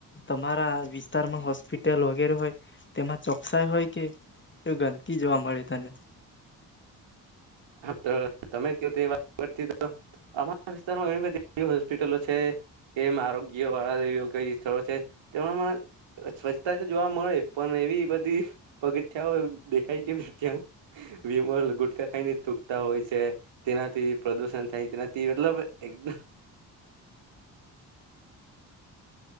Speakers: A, on the left; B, on the right.
A: તમારા વિસ્તારમાં હોસ્પિટલ વગેરે હોય તેમાં ચોકસાઈ હોય કે એ ગંધ જોવા મળ્યું તને?
B: હાત્ર તમે ક તો એ વાત તી તો વિસ્તારમાં બધી હોસ્પિટલો છે, કેમ આરોગ્ય વાળાગ્ય સ્થળો છે, તે સ્વચ્છતા તો જોવા મળે પણ એવી બધી, પગથિયાઓ દેખાય કે ક્યાં વીમ ગુટકાા ખાઈને તૂકતા હોય છે, તેનાથી પ્રદુષણ થાય તેનાથી મતલબ એકમ